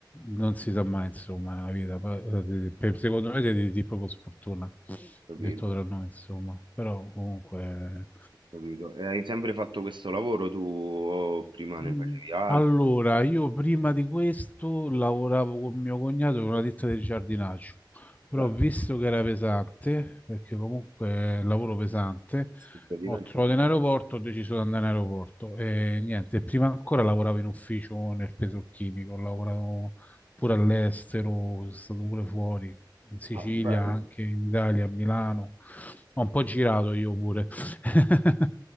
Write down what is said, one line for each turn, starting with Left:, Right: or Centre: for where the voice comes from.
Left: non si sa mai, insomma, la vita. Per- per- secondo me siete di, di proprio sfortuna,
Right: ho
Left: detto tra noi, insomma, però comunque
Right: capito. E hai sempre fatto questo lavoro tu o prima ne
Left: Mm,
Right: facevi altri?
Left: Allora, io prima di questo lavoravo con mio cognato in una ditta di giardinaggio, però
Right: Beh.
Left: visto che era pesante, perché comunque è un lavoro pesante,
Right: Cittadino
Left: ho
Right: Gesù.
Left: trovato in aeroporto, ho deciso di andare in aeroporto e niente, prima ancora lavoravo in ufficio nel petrolchimico, ho lavorato pure all'estero, sono stato pure fuori, in Sicilia,
Right: Ah, bello,
Left: anche in Italia, a Milano, ho un po' girato io pure. <laughs>